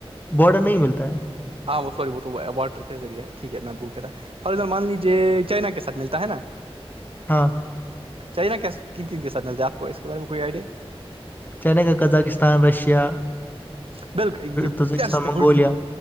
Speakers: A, on the left; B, on the right.
A: بارڈر نہیں ملتا ہے
B: ہاں وہ سوری وہ تو واٹر کے ذریعے ہے ٹھیک ہے میں بھول کے تھا فز مان لیجیے چائنا کے ساتھ ملتا ہے نا
A: ہاں
B: چائنا کیا قم قم کے سھ ملتا ہے آپ کو اس کے بارے میں کوئی آئیڈیا
A: چین کا قزاکستان رشیا
B: بالکل یہ
A: تزکستان منگولیا
B: گڈ تھنگ